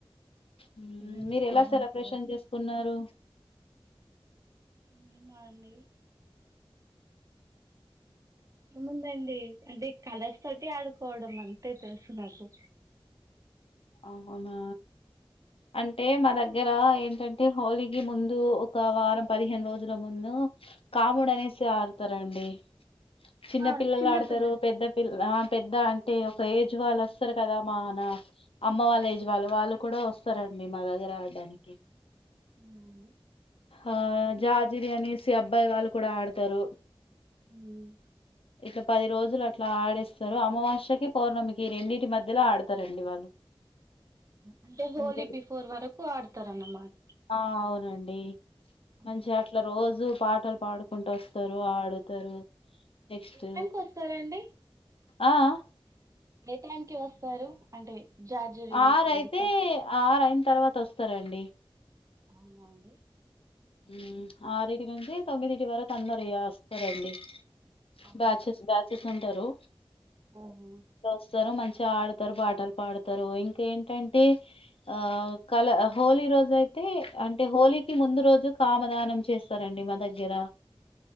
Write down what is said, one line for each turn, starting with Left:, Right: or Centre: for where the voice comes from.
Left: ఉమ్
Right: సిగ్నల్స్
Left: మీరు ఎలా
Right: ప్రాబ్లం
Left: సెలబ్రేషన్
Right: కావచ్చు
Left: చేసుకున్నారు
Right: మేమా అండి ముందండీ అంటే కలర్స్ తోటి ఆడుకోవడం అంతే తెలుసు నాకు
Left: అహ అవునా అంటే మా దగ్గరా ఏంటంటే హోలీకి ముందు ఒక వారం పదిహేను రోజుల ముందు కాముడు అనేసి ఆడుతారండి చిన్న
Right: ఆ
Left: పిల్లలు
Right: చిన్నపిల్లలు
Left: ఆడుతారు పెద్ద పిల్ల ఆ పెద్ద అంటే ఒక ఏజ్ వాళ్ళు వస్తరు కదా మా నా అమ్మ వాళ్ళ ఏజ్ వాళ్ళు వాళ్ళు కూడా వస్తారండి మా దగ్గర ఆడడానికి
Right: అవునా అండి
Left: ఆ జాజిరి అనేసి అబ్బాయి వాళ్ళు కూడా ఆడతారు
Right: ఉమ్
Left: ఇట్ల పది రోజులు అట్లా ఆడేస్తారు అమావాస్య కి పౌర్ణమికి రెండిటి మధ్యలో ఆడతారండి వాళ్ళు
Right: అంటే హోలీ
Left: అంతే
Right: బిఫోర్ వరకు ఆడతారన్నమాట
Left: ఆ అవునండీ
Right: అవును.
Left: మంచిగ అట్లా రోజూ పాటలు పాడుకుంట వస్తారు ఆడుతారు నెక్స్ట్
Right: ఏ టైమ్ కు వస్తారండి
Left: ఆ ఆ
Right: ఏ టైంకిి వస్తారు అంటే జార్జరి
Left: ఆరు అయితే
Right: ఇది కా
Left: ఆరు అయిన తర్వాత వస్తారండి
Right: అవునా అండి
Left: ఊ ఆరింటి నుంచి తొమ్మిదింటి వరకు అందరూ ఇగ వస్తారండి
Right: ఆ,
Left: బ్యాచస్ బ్యాచస్ ఉంటారు
Right: ఆహా.
Left: రు దసరా మంచ్ చ ఆడతారు పాటలు పాడతారు ఇంక ఏంటంటే ఆ కలర్ హోలీ రోజు అయితే అంటే హోలీకి ముందు రోజు కామదానం చేస్తారండి మా దగ్గర